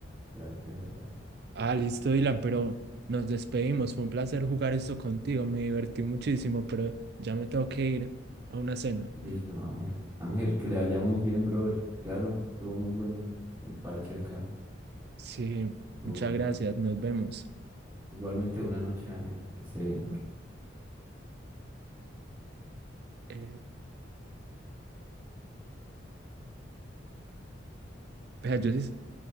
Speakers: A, on the right; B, on the right.
A: claro, tienes razón.
B: Ah, listo, Dylan, pero nos despedimos. Fue un placer jugar esto contigo. Me divertí muchísimo, pero ya me tengo que ir a una cena.
A: Listo, Ángel. Ángel, que le vaya muy bien, brother. Claro, estuvo muy bueno el, el parche acá.
B: Sí,
A: Estuvo
B: muchas
A: bueno.
B: gracias. Nos vemos.
A: Igualmente, buena noche, Ángel. Que se, que
B: Ah, eh, vea, yo sí-